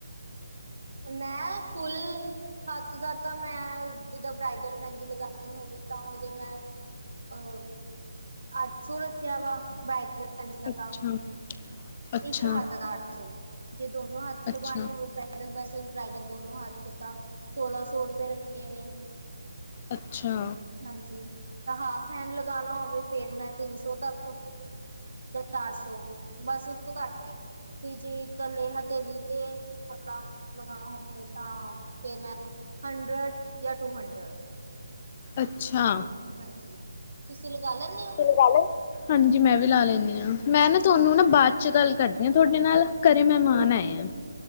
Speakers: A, on the right; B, on the left.
A: ਮੈਂ ਫੁੱਲ ਹੱਥ ਦਾ ਤਾਂ ਮੈਂ ਜਿਦਾਂ ਬਰਾਈਡਲ ਮਹਿੰਦੀ ਲਗਾਣੀ ਹੋਵੇ ਤਾਂ ਉਹਦੇ ਮੈਂ, ਅ ਅੱਠ ਸੌ ਰੱਖਿਆ ਵਾ ਬਦੀ ਕ
B: ਅੱਛਾ
A: ਤਾਂ
B: ਅੱਛਾ
A: ਇੱਕ ਹੱਥ ਦਾ ਅੱਠ ਸੌ, ਜੇ ਦੋਨੋ ਹੱਥ ਲਗਵਾਣੇ
B: ਅੱਛਾ
A: ਹੋਵੇ ਬਰ ਬ੍ਰਾਈਡਲ ਵੈਸੇ ਬ੍ਰਾਈਡਲ ਦੋਨੋ ਹੱਥ ਤਾਂ ਸੋਲਾਂ ਸੌ ਰੁਪਏ ਰੱਖੇ ਨੇ।
B: ਅੱਛਾ।
A: ਹਾਂਜੀ, ਹਾਫ ਹੈਂਡ ਲਗਾਣਾ ਹੋਵੇ ਫੇਰ ਮੈਂ ਤਿੰਨ ਸੌ ਤੱਕ ਜਾਂ ਚਾਰ ਸੌ ਬਸ ਉਸ ਤੋਂ ਘੱਟ ਨੇ ਫ ਜੇ ਇਕੱਲੇ ਹਥੇਲੀ ਤੇ ਫਟਾਫਟ ਲਗਾਣਾ ਹੋਵੇ ਤਾਂ ਫਿਰ ਮੈਂ ਹੰਡਰਡ ਜਾਂ ਟੂ ਹੰਡਰਡ।
B: ਅੱਛਾ।
A: ਹਾਂਜੀ ਤੁਸੀਂ ਲਗਾ ਲੈਂਦੇ
B: ਤੁਸੀਂ
A: ਹੋ
B: ਲਗਾ ਲਏ ਹਾਂਜੀ ਮੈਂ ਵੀ ਲਾ ਲੈਂਣੀ ਆ, ਮੈਂ ਨਾ ਤੁਹਾਨੂੰ ਨਾ ਬਾਦ ਚ ਚ ਗੱਲ ਕਰਦੀ ਹਾਂ ਤੁਹਾਡੇ ਨਾਲ ਘਰੇ ਮੈਮਾਨ ਆਏ ਆ